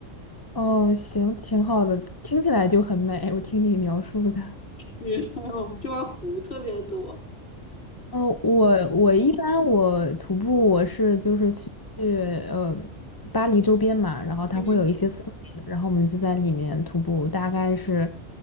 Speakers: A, on the left (about 25°); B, on the left (about 55°).
A: 哦，行，挺好的，听起来就很美。我听你描述的，
B: 是 <laughs> 我们这边儿湖特别多。
A: 哦，我我一般我徒步我是就是去呃巴黎周边嘛，然后它会有一些森林，
B: 嗯，
A: 然后我们就在里面徒步，大概是